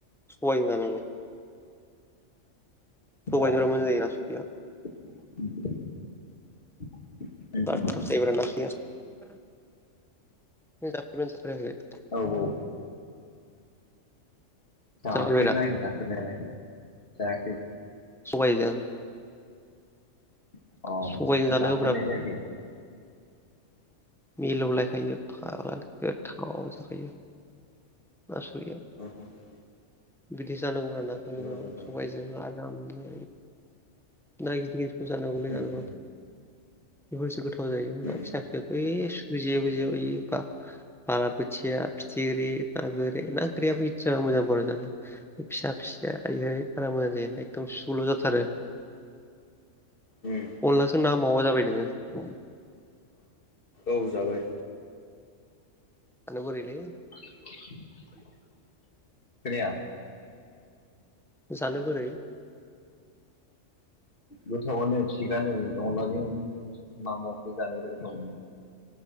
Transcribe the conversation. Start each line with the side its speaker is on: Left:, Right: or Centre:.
Centre: सबायजों जानांगौ। सबायफोरजों
Left: अ
Centre: मोजां जायों ना सुरिया।
Left: <inaudible>
Centre: <unintelligible>
Left: औ-औ। जाफेर
Centre: जाफेरबाय दा
Left: नायाखै जाफेरनायालाय‌ जाखै।
Centre: सबायजों
Left: अ
Centre: सबायजों जानो
Left: जाफेरनाय जायाखै
Centre: <unintelligible> मिलौलायखायो <unintelligible> गोथाव जाखायो। नासुरिया
Left: नंगौ
Centre: बिदि जानांगौ आरो ना
Left: नामा नोंथां
Centre: सबायजों। जों आरामनो ना गिदिर गिदिरखौ जानांगौलै।
Left: उम
Centre: बेफोरसो गोथाव जायो ना
Left: उम
Centre: फिसा फिसाखौ यै सु जेव जेवबा। बालाबोथिया, फिथिख्रि, ना गोरि, ना गोरियाबो इसे मोजां बरिया' जानो। फिसा फिसायाहाय बारा मोजां जाया एखदम सुल' जाथारो।
Left: उम
Centre: अनलाजों ना माववा जाबाय नोङो?
Left: औ जाबाय।
Centre: बोरैलै
Left: <inaudible> खोनाया।
Centre: जानो बोरै
Left: गोथावानो थिगानो अनलाजों नामावाखौ जानो आरो गोथाव मोनो।